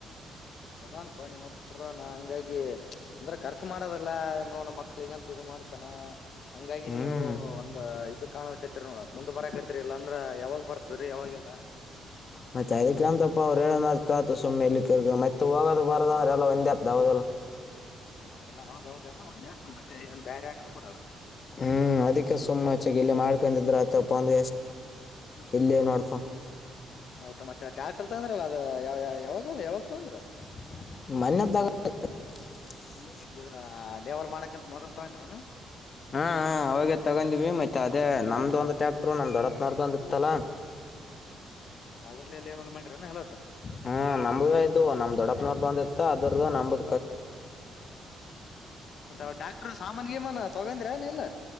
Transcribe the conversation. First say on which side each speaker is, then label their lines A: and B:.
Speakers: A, on the left; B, on the left.
A: ಚಲೋನಪ್ಪಾ ನಿಮ್ಮಪ್ಪ ಚೊಲೋನ ಹಂಗಾಗಿ ಅಂದ್ರೆ ಖರ್ಚ್ ಮಾಡದಲ್ಲಾ ನೋಡ ಮಕ್ಳ ಈಗಂತ ಇದ ಮಾಡ್ತಾನ ಹಂಗಾಗಿ
B: ಹ್ಮ್
A: ನೀವು ಒಂದು ಇದು ಕಾಣದ ಕೈತಿರಿ ನೋಡ ಮುಂದ್ ಬರ ಕೈತ್ತರಿ ಇಲ್ಲ ಅಂದ್ರ ಯಾವಾಗ ಬರ್ತದರಿ ಯಾವಾಗಲ್ಲಾ
B: ಮತ್ತೆ ಅದಕ್ಕೆ ಅಂತಪ್ಪ ಅವ್ರುಏ ಮ ಕತು ಸುಮ್ಮನೆ ಇಲ್ಲಿ ಕ ಮತ್ತತ್ ಹೋಗದ ಬರದ ಅಂದ್ರ ಎಲ್ಲ ಒಂದ ಬದಲ
A: ಹದೆಲ್ಲ ಹೌದ್ೌದು ಎಲ್ಲಾ ಒಂ್ ಆತ ಮತ್ತೆ ಏನ್ ಬೇರೆ ಆಗ್ಲೂ ಬಿಡಲ್ಲ
B: ಹೂ ಅದಕ್ಕೆ ಸುಮ್ಮಚ್ಚಾಗಿ ಇಲ್ಲ ಮಾಡ್ಕಿದ್ರ ಆತಪ್ಪ ಒಂದ ಇಲ್ಲಿ ನೋಡಪ್ಪ
A: ಊಟ ಮತ್ತೆ ಟ್ಯಾಕ್ಟರ್ ತಂದ್ರಲ್ಲ ಅದ ಯಾವ ಯಾವಾಗ ಯಾವಾಗ ತಗೊಂಡ್ರಿ ಅಂದ್ರ ಅದು
B: ಮನ್ನೆತಗೊಂಡ್ರು
A: ಇ ಲೇವಲ್ ಮಾಡಕಂತ ಮೊದಲ್ ತಗಂದಿರನಾ
B: ಹಾ ಅವಾಗೇ ತಗೊಂಡಿವಿ ಮತ್ ಅದೇ ನಮ್ದು ಒಂದು ಟ್ಯಾಕ್ಟರು ನಮ್ ದೊಡಪನೋ್ದು ಒಂದಿತ್ತಲಾ <inaudible>
A: ಹೂ ಅದ್ರಲ್ಲಲ್ಲಿವೆಲ್ಲ ಮಾಡಿರಾನ ಎಲ್ಲೋಟ
B: ಹ್ಞೂ ನಮಗೂ ಇದು ನಮ್ ದೊಡನೋಂದ ಇತ್ತು ಅದ ನಮ್ದು
A: ಮತ್ತ ಟ್ಯಾಕ್ಟರ್ ಸಾಮಾನಗ ಮಾನ ತಗೊಂಡ್ರ ನೀಲ್ಲ